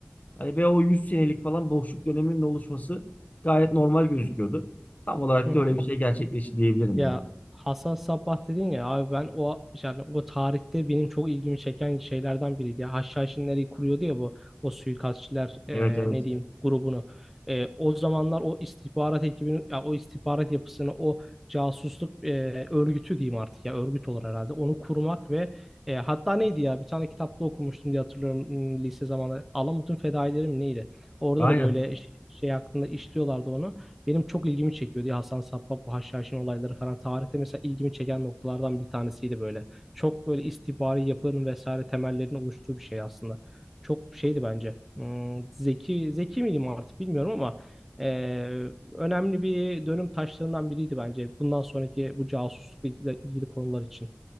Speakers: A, on the left (about 40°); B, in the centre.
A: Hani ve o 100 senelik falan boşluk döneminin oluşması gayet normal gözüküyordu. Tam olarak
B: Hı hı.
A: da öyle bir şey gerçekleşti diyebilirim
B: Ya
A: ya.
B: Hasan Sabbah dedin ya abi ben o yani o tarihte benim çok ilgimi çeken şeylerden biriydi. Ya Haşhaşinleri kuruyordu ya bu o suikastçiler e,
A: Evet evet.
B: ne diyeyim grubunu. E, o zamanlar o istihbarat ekibini ya o istihbarat yapısını o casusluk e, örgütü diyeyim artık ya örgüt olur herhalde. Onu kurmak ve e, hatta neydi ya bir tane kitapta okumuştum diye hatırlıyorum hmm, lise zamanları. Alamut'un Fedaileri mi neydi? Orada
A: Aynen.
B: da böyle şey, şey hakkında işliyorlardı onu. Benim çok ilgimi çekiyor diye Hasan Sabbah bu Haşhaşin olayları falan tarihte mesela ilgimi çeken noktalardan bir tanesiydi böyle. Çok böyle istihbari yapının vesaire temellerini oluşturduğu bir şey aslında. Çok şeydi bence. Hmm, zeki zeki miydim artık bilmiyorum ama eee, önemli bir dönüm taşlarından biriydi bence. Bundan sonraki bu casuslukla ilgili, ilgili konular için.